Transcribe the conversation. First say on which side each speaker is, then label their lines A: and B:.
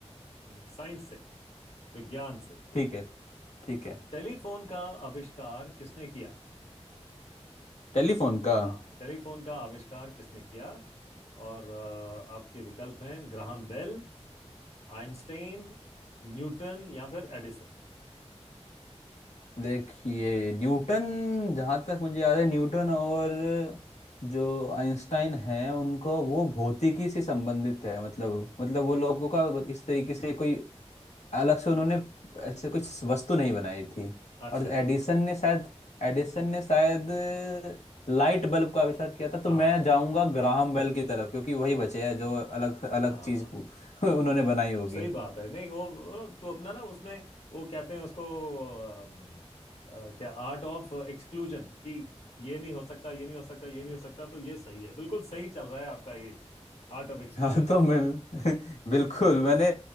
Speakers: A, on the left (about 70°); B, on the left (about 90°).
A: साइंस से विज्ञान से
B: ठीक है ठीक है
A: टेलीफोन का आविष्कार किसने किया
B: टेलीफोन का
A: हाँ टेलीफोन का आविष्कार किसने किया और अ, आपके विकल्प हैं ग्राहम बेल आइंस्टाइन न्यूटन या फिर एडिसन
B: देखिए न्यूटन जहाँ तक मुझे याद है न्यूटन और जो आइंस्टाइन हैं उनको वो भौतिकी से संबंधित है मतलब मतलब वो लोगों का इस तरीके से कोई अलग से उन्होंने ऐसे कुछ वस्तु नहीं बनाई थी
A: अच्छा
B: और एडिसन ने शायद एडिसन ने शायद लाइट बल्ब का आविष्कार किया था तो
A: हाँ
B: मैं जाऊंगा ग्राहम बेल की तरफ क्योंकि वही बचे हैं जो अलग अलग
A: हाँ
B: चीज पू- <laughs> उन्होंने बनाई होगी
A: सही बात है नहीं वो वो तो अपना ना उसमें वो कहते हैं उसको अम, अ, क्या आर्ट ऑफ एक्सक्लूजन कि ये नहीं हो सकता ये नहीं हो सकता ये नहीं हो सकता तो ये सही है बिल्कुल सही चल रहा है आपका ये आर्ट ऑफ एक्सक्लूजन
B: हाँ तो मैं <laughs> बिल्कुल मैंने